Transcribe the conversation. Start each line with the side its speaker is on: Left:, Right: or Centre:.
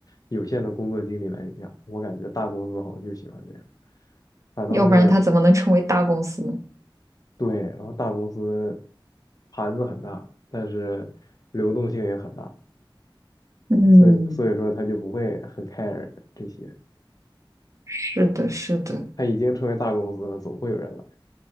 Left: 有限的工作经历来讲，我感觉大公司好像就喜欢这样，反倒是
Right: 要不然他怎么能成为大公司呢？
Left: 对，然后大公司盘子很大，但是流动性也很大，
Right: 嗯，
Left: 所以所以说他就不会很 care 这些。
Right: 是的，是的，
Left: 他已经成为大公司了，总会有人来。